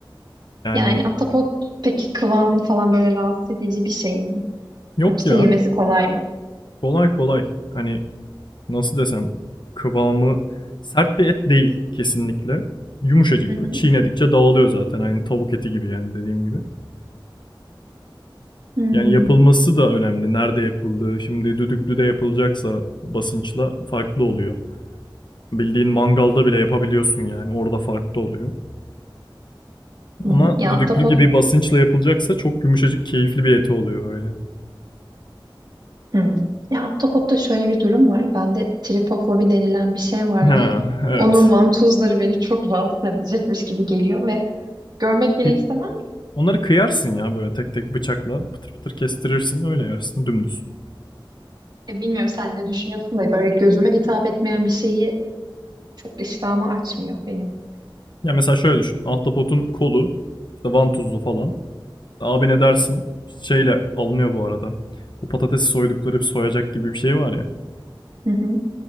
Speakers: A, on the left; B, on the right.
A: Yani
B: Yani ahtapot peki kıvamı falan böyle rahatsız edici bir şey mi?
A: yok
B: Yoksa
A: ya
B: yemesi kolay mı?
A: kolay kolay hani nasıl desem kıvamı sert bir et değil kesinlikle. Yumuşacık
B: Hı hı.
A: böyle çiğnedikçe dağılıyor zaten aynı tavuk eti gibi yani dediğim gibi.
B: Hmm.
A: yani yapılması da önemli. Nerede yapıldığı. Şimdi düdüklüde yapılacaksa basınçla farklı oluyor. Bildiğin mangalda bile yapabiliyorsun yani. Orada farklı oluyor.
B: Hmm.
A: Ama
B: Ya
A: düdüklü
B: ahtapot
A: gibi basınçla yapılacaksa çok yumuşacık keyifli bir eti oluyor böyle.
B: hmm. Ya ahtapotta şöyle bir durum var. Bende tripofobi denilen bir şey var
A: Ha
B: ve
A: evet.
B: onun vantuzları beni çok rahatsız edecekmiş gibi geliyor ve görmek bile
A: E,
B: istemem.
A: Onları kıyarsın ya böyle tek tek bıçakla pıtır pıtır kestirirsin öyle yersin dümdüz.
B: E, bilmiyorum sen ne düşünüyorsun da böyle gözüme hitap etmeyen bir şeyi çok iştahımı açmıyor benim.
A: Ya mesela şöyle düşün. Ahtapotun kolu işte vantuzlu falan. İşte abi ne dersin? Şeyle alınıyor bu arada. Bu patatesi soydukları bir soyacak gibi bir şey var ya.
B: Hı hı.